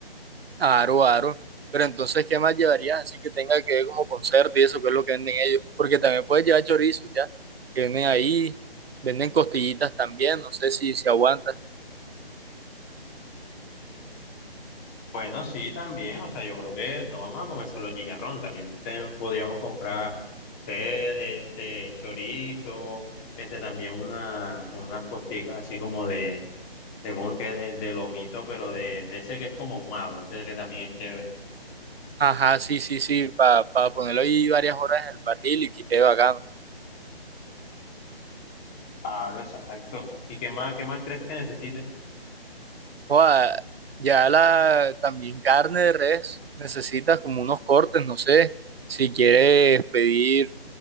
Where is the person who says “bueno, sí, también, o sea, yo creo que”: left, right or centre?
Left